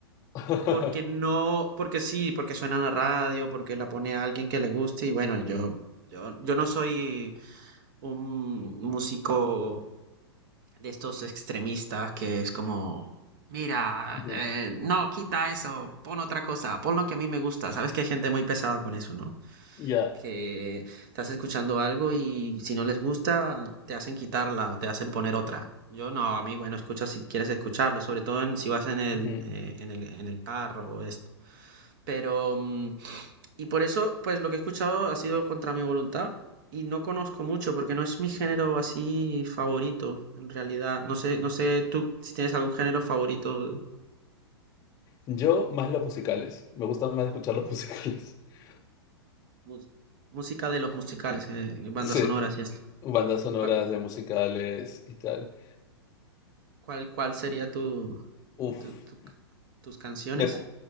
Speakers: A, on the left (about 25°); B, on the right (about 50°).
A: <laughs>
B: porque no, porque sí, porque suena en la radio, porque la pone a alguien que le guste, y bueno, yo, yo, yo no soy un músico de estos extremistas que es como, mira,
A: Ujú,
B: eh, no, quita eso, pon otra cosa, pon lo que a mí me gusta. Sabes que hay gente muy pesada con eso, ¿no?
A: Ya.
B: Que estás escuchando algo y si no les gusta, te hacen quitarla o te hacen poner otra. Yo no, a mí, bueno, escucha si quieres escucharlo, sobre todo en- si vas en el,
A: ujú.
B: eh, en el, en el carro o esto. Pero mm, y por eso, pues lo que he escuchado ha sido contra mi voluntad y no conozco mucho porque no es mi género así favorito, en realidad. No sé, no sé tú si tienes algún género favorito,
A: Yo más los musicales. Me gusta más escuchar los musicales. <laughs>
B: mus- música de los musicales, eh, bandas
A: Sí,
B: sonoras y esto.
A: bandas sonoras
B: ¿Cuál,
A: de musicales y tal.
B: cuál, cuál sería tu,
A: Uf.
B: tu- tu ca- tus canciones?
A: me, po-